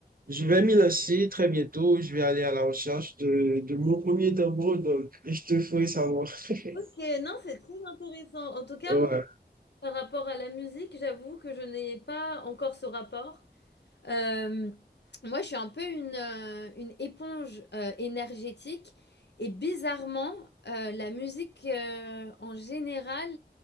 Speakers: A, on the right (about 55°); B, on the left (about 90°).
A: Je vais m'y lancer très bientôt. Je vais aller à la recherche de, de mon premier tambour, donc je te ferai savoir. <laughs>
B: Mais Non, c'est très intéressant. En tout cas,
A: Ouais.
B: moi, par rapport à la musique, j'avoue que je n'ai pas encore ce rapport. Euh, moi, je suis un peu une, euh, une éponge euh, énergétique et bizarrement, euh, la musique euh, en général